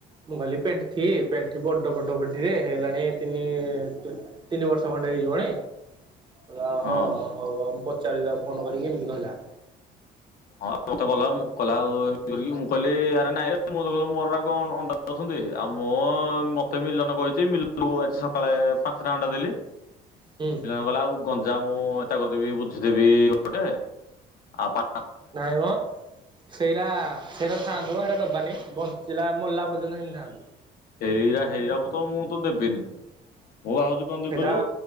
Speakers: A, on the right (about 25°); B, on the left (about 60°).
A: ମୁଁ କହିଲି ପେଣ୍ଠି ପେଣ୍ଠି ବଡ ବଡ଼ ପେଣ୍ଠି ରେ ହେଇଗଲାଣି ତିନି ତିନି ବର୍ଷ। ଖଣ୍ଡେ ହେଇଯିବଣି। କହିଲା
B: ହଁ
A: ହ ହଉଉ ମୁଁ ପଚାରିବି ତା ଫୋନ କରିକି ଏମିତି କହିଲା।
B: ହଁ ମତେ କହଲା ମୁଁ କହଲା ଆଉ ଏମତି କରିକି ମୁଁ କହିଲି ଆରେ ନାଇଁରେ ମୁଁ ତ ମୋର କଣ ଅଣ୍ଡା ଦଉସନ୍ତି। ଆଉ ମୁଁ ମତେ ମିଲନ କହିଛି ମିଲନ ଆଜି ସକାଳେ ପାଞ୍ଚଟା ଅଣ୍ଡା ଦେଲି।
A: ହୁଁ
B: ପିଲା ଗ ଆଉ ଗଞ୍ଜା ମୁଁ ଏଟା କରିଦେବି ବୁଝିଦେବି ଗୋଟେ ଆଉ ପା
A: ନାଇଁ ମ ସେଇଟା ସେଇଟା ଥାଆନ୍ତୁ ସେଇଟା ଦବାନି ବନ୍ଦ ସେଲା ମଲା ପର୍ଯ୍ୟନ୍ତ ହେନ୍ତି ଥାନ୍ତୁ।
B: ହେଇରା ହେଇରାବ ତ ମୁଁ ତ ଦେବିନି। ମୁଁ ଭାବୁଛି କଣ
A: ସେଟା
B: କହିଲୁ